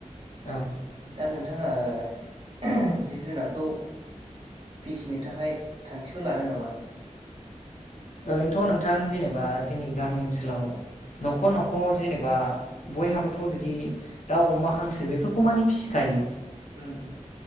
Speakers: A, on the left; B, on the right.
A: औ
B: दा नोंथाङा ओ जिब जुनारखौ फिसिनो थाखाय थांखिफोर लादों नामा
A: ओरैनथ' नोंथां जेनेबा जोंनि गामि
B: उम
A: ओनसोलाव न'खर न'खर जेनेबा बयहाबोथ' बिदि दाउ अमा हांसो बेफोरखौ माने फिसिखायो
B: उम उम